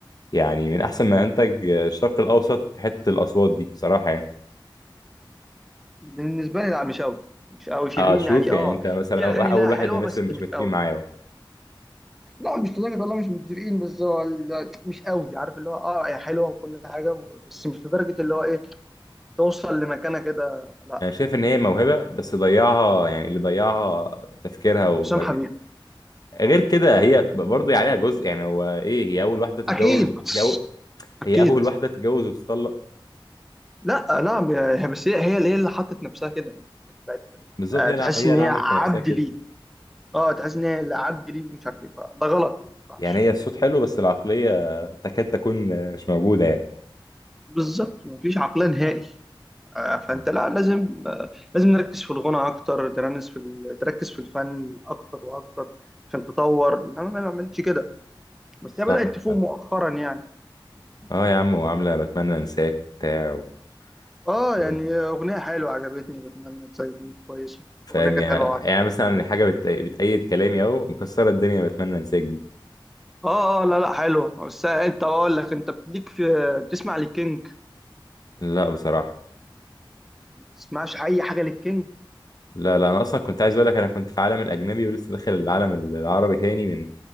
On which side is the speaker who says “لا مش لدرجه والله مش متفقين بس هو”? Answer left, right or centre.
Centre